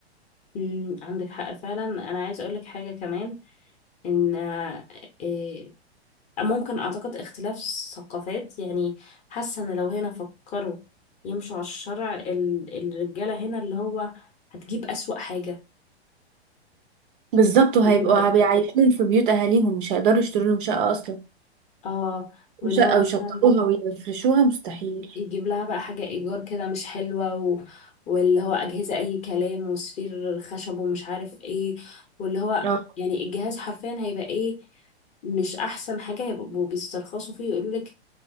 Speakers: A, on the left; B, on the right.
A: مم، عندك حق فعلا انا عايزة اقولك حاجة كمان ان آه، إيه، ممكن اعتقد اختلاف ثقافات يعني حاسة ان لو هنا فكروا يمشوا على الشرع ال- الرجالة هنا اللي هو هتجيب اسوأ حاجة
B: بالظبط وهيبقوا
A: اللي هو
B: بيعيشون في بيوت أهاليهم مش هيقدروا يشتروا لهم شقة أصلا
A: اه واللي
B: مش او
A: هو مثلا
B: يشطبوها ويفرشوها مستحيل
A: يجيب لها بقى حاجة إيجار كده مش حلوة و... واللي هو أجهزة أي كلام وسرير خشب ومش عارف إيه واللي هو
B: اه
A: يعني الجهاز حرفيا هيبقى إيه مش أحسن حاجة هيبقوا بيسترخصوا فيه ويقولوا لك